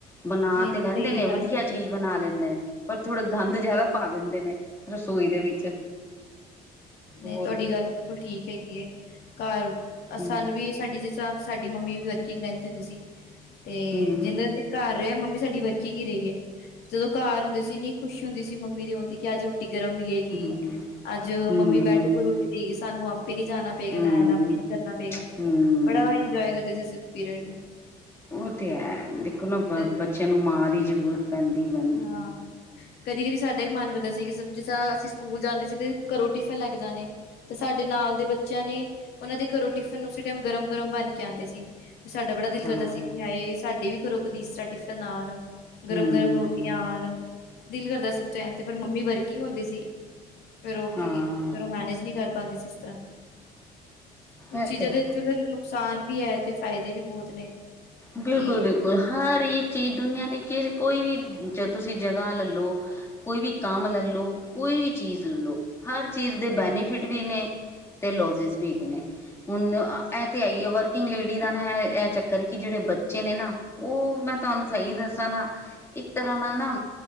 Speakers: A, on the left; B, on the left.
A: ਬਣਾ
B: ਨਹੀਂ ਨਹੀਂ
A: ਤੇ ਲੈਂਦੇ
B: ਸਹੀ
A: ਨੇ
B: ਗੱਲ
A: ਵਧੀਆ
B: ਹੈ
A: ਚੀਜ਼ ਬਣਾ ਲੈਂਦੇ ਨੇ, ਪਰ ਥੋੜਾ ਗੰਦ ਜ਼ਿਆਦਾ ਪਾ ਦਿੰਦੇ ਨੇ, ਰਸੋਈ ਦੇ ਵਿੱਚ।
B: ਨਹੀਂ
A: ਹੋਰ
B: ਤੁਹਾਡੀ ਗੱਲ ਬਿਲਕੁਲ ਠੀਕ ਹੈਗੀ ਏ, ਘਰ
A: ਹੂੰ
B: ਸਾਨੂੰ ਵੀ ਤੁਹਾਡੀ ਜਿਸ ਹਿਸਾਬ ਸਾਡੀ ਮੰਮੀ ਵੀ ਵਰਕਿੰਗ ਰਹਿੰਤੀ ਹੁੰਦੀ ਸੀ, ਤੇ
A: ਹੂੰ
B: ਜਿੰਦਾ ਘਰ ਰਿਹਾ, ਮੰਮੀ ਸਾਡੀ ਵਰਕਿੰਗ ਹੀ ਰਹੀ ਏ। ਜਦੋਂ ਘਾਰ ਹੁੰਦੇ ਸੀ ਇੰਨੀ ਖੁਸ਼ ਹੁੰਦੀ ਸੀ ਮੰਮੀ ਦੇ ਆਉਣ ਦੀ, ਕਿ ਅੱਜ ਰੋਟੀ ਗਰਮ ਮਿਲੇ ਗੀ,
A: ਹੂੰ
B: ਅੱਜ
A: ਹੂੰ
B: ਮੰਮੀ ਬੈੱਡ ਉੱਪਰ ਰੋਟੀ ਦੇਗੀ ਸਾਨੂੰ ਆਪੇ ਨੀ ਜਾਣਾ ਪਏਗਾ,
A: ਹੂੰ
B: ਲੈਣ ਆਪੇ ਨੀ ਕਰਨਾ ਪਏਗਾ।
A: ਹੂੰ
B: ਬੜਾ ਇੰਜੋਏ ਕਰਦੇ ਸੀ ਅਸੀ ਪੀਰੀਅਡ ਨੂੰ।
A: ਉਹ ਤੇ ਹੈ, ਦੇਖੋ ਨਾ
B: ਹੁਣ
A: ਬ
B: ਤੇ
A: ਬੱਚਿਆਂ ਨੂੰ ਮਾਂ ਦੀ ਜ਼ਰੂਰਤ ਪੈਂਦੀ ਪੈਂ
B: ਹਾਂ ਕਦੀ ਕਦੀ ਸਾਡਾ ਵੀ ਮਨ ਕਰਦਾ ਸੀ। ਕਿਸ ਜਿਸ ਤਰ੍ਹਾ ਅਸੀਂ ਸਕੂਲ ਜਾਂਦੇ ਸੀ। ਤੇ ਘਰੋਂ ਟਿਫਨ ਲੈ ਕੇ ਜਾਣੇ। ਤੇ ਸਾਡੇ ਨਾਲ ਦੇ ਬੱਚਿਆਂ ਨੇ, ਉਹਨਾਂ ਦੇ ਘਰੋਂ ਟਿਫਿਨ ਉਸੇ ਟਾਈਮ ਗਰਮ ਗਰਮ ਬਣ ਕੇ ਆਉਂਦੇ ਸੀ। ਸਾਡਾ ਬੜਾ ਦਿਲ
A: ਹਾਂ।
B: ਕਰਦਾ ਸੀ, ਕਿ ਹਾਏ ਸਾਡੇ ਵੀ ਘਰੋ ਕਦੀ, ਇਸ ਤਰਾ ਟਿਫਨ ਆਉਣ ਗਰਮ
A: ਹੂੰ
B: ਗਰਮ ਰੋ ਟੀ ਆਨ, ਦਿਲ ਕਰਦਾ ਸੀ ਉਸ ਟਾਈਮ ਤੇ ਪਰ ਮੰਮੀ ਵਰਕਿੰਗ ਹੁੰਦੀ ਸੀ, ਫੇਰ ਉਹ
A: ਹਾਂ
B: ਕੀ ਫੇਰ ਉਹ ਮੈਨੇਜ ਨਹੀਂ ਕਰ ਪਾਉਂਦੇ ਸੀ ਇਸ ਤਰ੍ਹਾਂ, ਕੁਛ
A: ਇਹ
B: ਚੀਜ਼ਾਂ
A: ਹੈ।
B: ਤੇ ਚਲੋ ਨੁਕਸਾਨ ਵੀ ਹੈ ਤੇ, ਫਾਇਦੇ ਵੀ ਬਹੁਤ ਨੇ।
A: ਬਿਲਕੁਲ,
B: ਕਿ
A: ਬਿਲਕੁਲ, ਹਰ ਇੱਕ ਚੀਜ਼ ਦੁਨੀਆਂ ਦੀ ਕੋਈ ਵੀ ਤੁਸੀਂ ਜਗ੍ਹਾ ਲਲੋ ਕੋਈ ਵੀ ਕੰਮ ਲੈ ਲਓ, ਕੋਈ ਵੀ ਚੀਜ਼ ਲੈ ਲਓ, ਹਰ ਚੀਜ਼ ਦੇ
B: ਹੂੰ
A: ਬੈਨੀਫਿਟ ਵੀ ਨੇ ਤੇ ਲੋਜਿਸ ਵੀ ਹੈਗੇ ਨੇ, ਹੁਣ ਇਹ ਤੇ ਹੈਈ ਏ, ਵਰਕਿੰਗ ਲੇਡੀ ਦਾ ਨਾ ਇਹ ਚੱਕਰ ਕਿ ਜਿਹੜੇ ਬੱਚੇ ਨੇ ਨਾ, ਉਹ ਮੈਂ ਤੁਹਾਨੂੰ ਸਹੀ ਦੱਸਾਂ ਨਾ ਇੱਕ ਤਰ੍ਹਾਂ ਨਾਲ ਨਾ